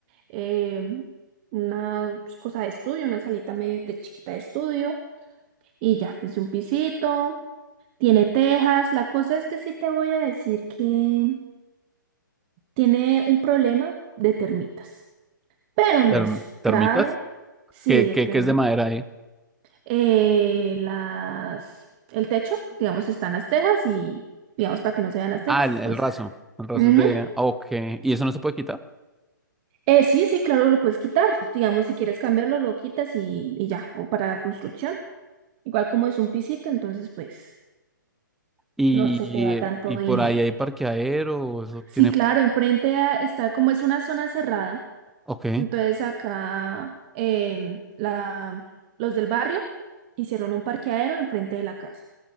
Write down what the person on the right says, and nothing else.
eh, una cosa de estudio, una salita medio de chiquita de estudio y ya, es de un pisito, tiene tejas. La cosa es que sí te voy a decir que tiene un problema de termitas, pero no
es
grave. Sí,
de
ter.
eh, las, el techo, digamos, están las tejas y, digamos, para que no se vean las tejas,
pues.
ah.
Ujú.
Eh, sí, sí, claro, lo puedes quitar. Digamos, si quieres cambiarlo, lo quitas y, y ya, o para la construcción. Igual como es un pisito, entonces, pues,
no se te va tanto
dinero.
Sí, claro, enfrente a- está, como es una zona cerrada,
entonces acá em, la, los del barrio hicieron un parqueadero enfrente de la casa.